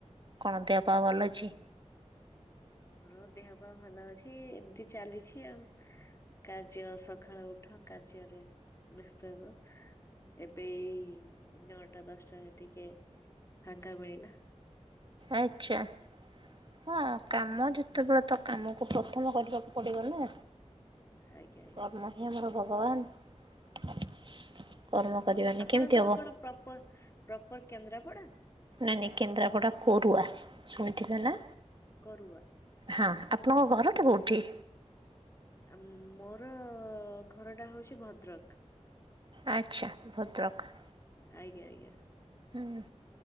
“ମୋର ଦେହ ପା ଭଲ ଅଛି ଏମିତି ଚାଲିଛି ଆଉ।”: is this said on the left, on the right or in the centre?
Left